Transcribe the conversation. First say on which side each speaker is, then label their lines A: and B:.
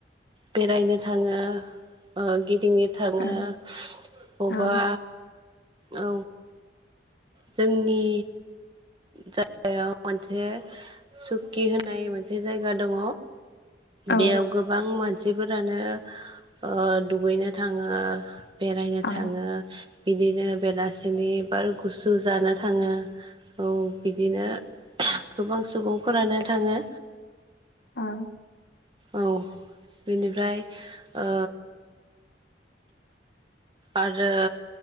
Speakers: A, on the right; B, on the left.
A: बेरायनो थाङो ओ गिदिं थाङो
B: औ
A: अबावबा
B: औ
A: औ जोंनि जायगायाव मोनसे सुक्कि होननाय मोनसे जायगा दङ
B: औ
A: बेयाव गोबां मानसिफोरानो ओ दुगैनो थाङो बेरायनो
B: औ
A: थाङो बिदिनो बेलासिनि बार गुसु जानो थाङो औ बिदिनो गोबां सुबुंफोरानो थाङो
B: औ
A: औ बेनिफ्राय ओ आरो